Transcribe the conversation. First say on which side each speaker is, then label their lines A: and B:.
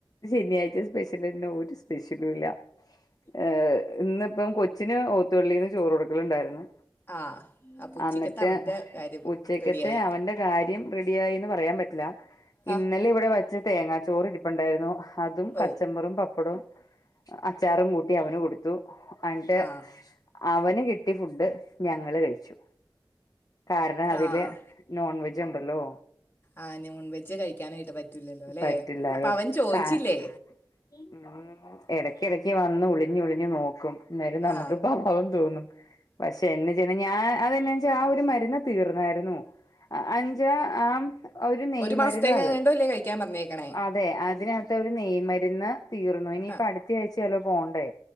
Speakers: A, on the left; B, on the left.
A: ശനിയാഴ്ച സ്പെഷ്യലെന്നാ ഒര് സ്പെഷ്യലൂല്ല ഏഹ് ഇന്നിപ്പം കൊച്ചിന് ഓത്തുപള്ളീന്ന് ചോറ് കൊടുക്കലുണ്ടായിരുന്നു
B: ആഹ് അപ്പൊ ഉച്ചക്കത്തെ
A: അന്നിട്ട്
B: അവൻ്റെ കാര്യം
A: ഉച്ചക്കത്തെ
B: റെഡിയായി
A: അവന്റെ കാര്യം റെഡിയായീന്ന് പറയാൻ പ റ്റില്ല ഇന്ന
B: ആഹ്
A: ലെ ഇവിടെ വെച്ച തേങ്ങാച്ചോറിരുപ്പുണ്ടായിരുന്നു അതും കച്ചമ്പറും
B: ഓ
A: പപ്പടവും അച്ചാറും കൂട്ടി അവന് കൊടുത്തു എന്നിട്ട്
B: ആഹ്
A: അവന് കിട്ടി ഫുഡ് ഞങ്ങള് കഴിച്ചു കാരണം അതില്
B: ആഹ്
A: നോൺ വെജുണ്ടല്ലോ
B: ആഹ് നോൺ വെജ് കഴിക്കാനായിട്ട് പറ്റില്ലല്ലോല്ലെ
A: പറ്റില്ലായോ
B: അപ്പവൻ ചോയ്ച്ചില്ലേ
A: കാ ഉം എടക്കെടക്ക് വന്ന് ഒളിഞ്ഞൊളിഞ്ഞ് നോക്കും എന്നേരം നമക്ക്
B: ആ
A: പാവം തോന്നും പക്ഷെന്നെ പിന്നെ ഞാൻ അതെന്നാെച്ചാ ആഹ് ഒര് മരുന്ന് തീർന്നാര്ന്നു അഞ്ച ആം ഒരു നെയ്മരുന്നാ
B: മാസത്തേക്ക്
A: അത്
B: എങ്ങാണ്ടോ അല്ലേ കഴിക്കാൻ പറഞ്ഞേക്കണേ
A: അതെ ഇതിനാത്തെ ഒര് നെയ്മരുന്ന് തീർന്നു ഇനിയിപ്പോ
B: ആ
A: അടുത്തായ്ച്ച ആല്ലോ പോണ്ടേ